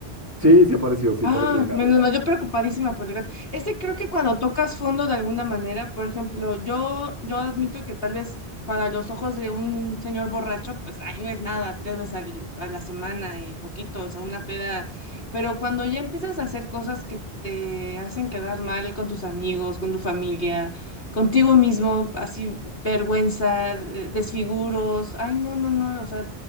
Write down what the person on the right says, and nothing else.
Sí, sí apareció, sí
apareció el gato.